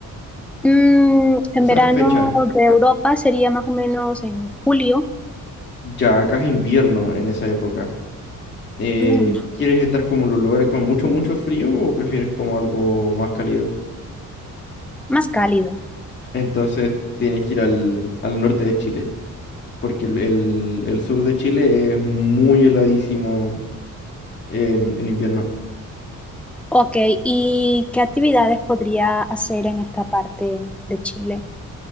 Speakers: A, in the centre; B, on the left.
A: Mm, en
B: O sea,
A: verano
B: fecha.
A: de Europa sería más o menos en julio,
B: Ya, acá es invierno en esa época. Eh,
A: Mm,
B: ¿quieres estar como en los lugares con mucho, mucho frío o prefieres como algo más cálido?
A: más cálido.
B: Entonces tienes que ir al, al norte de Chile, porque el, el- el sur de Chile es muy heladísimo en en invierno.
A: Ok, ¿y qué actividades podría hacer en esta parte de Chile?